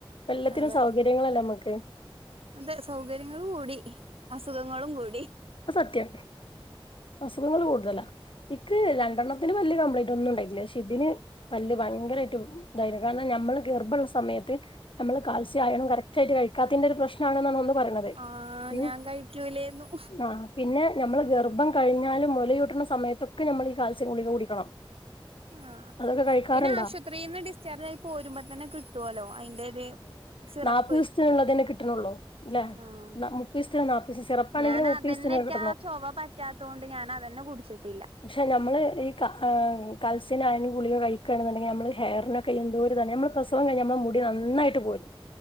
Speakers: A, on the left; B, on the right.
A: എല്ലാത്തിനും
B: അതെ
A: സൗ സൗകര്യങ്ങളല്ല നമുക്ക്
B: അതെ സൗകര്യങ്ങളും കൂടി അസുഖങ്ങളും കൂടി
A: സത്യം അസുഖങ്ങൾ കൂടുതലാ എനിക്ക് രണ്ടെണ്ണത്തിന് വല് കംപ്ലയിന്റ് ഒന്നും ഉണ്ടായില്ല പക്ഷെ ഇതിന് വല്ല് ഭയങ്കരമായിട്ട് കാരണം നമ്മള് ഗർഭമുള്ള സമയത്ത് നമ്മ ആയണം കറക്റ്റ് ആയിട്ട് കഴിക്കാത്തിന്റെ ഒരു പ്രശ്ന ആണെന്നാണ് ഒന്ന് പറയത്
B: ആ
A: ഉ
B: ഞാൻ കഴിക്കൂലേന്നു
A: ആഹ പിന്നെ നമ്മൾ ഗർഭം കഴിഞ്ഞാലും മുലയൂട്ടണ സമയത്തൊക്കെ നമ്മൾ ഈ കാൽസ്യം ഗുളിക കുടിക്കണം
B: ആഹ്
A: അതൊക്കെ കഴിക്കാറുണ്ടോ
B: പിന്നെ ആശുപത്രിയിൽ നിന്ന് ഡിസ്ചാർജ് ആയി പോരുമ്പോ തന്നെ കിട്ടുവല്ലോ അതിന്റെ ഒരു സിറപ്പ്
A: നാല്പ്പ ദസത്തിനുള്ളള്ള തന്നെ കിട്ടണള്ളോ അല്ല
B: ആഹ്
A: മുപ്പ ദിവസത്തിന് നാപ്പ ദസ സറപ്പാണെങ്കിൽ
B: ഞാൻ
A: മുപ്പ
B: അതന്നെക്ക്
A: ദിവസന് അകം
B: ആ ചൊവ പറ്റാത്തത കൊൊണ്ട് ഞാൻ അതന്നെ കുടിച്ചിട്ടില്ല
A: പക്ഷെ നമ്മള് ഈ കൽസിന ആണെും ഗളികൾ കഴിക്കുകണെന്നുണ്ടെിൽ നമ്മള് ഹെയറിനക്കെ എന്തോ ഇതാണ് നമ്മൾ പ്രസവം കഴഞ്ഞാൽ നമ്മ മുടി നന്നട്ട് ട്ട്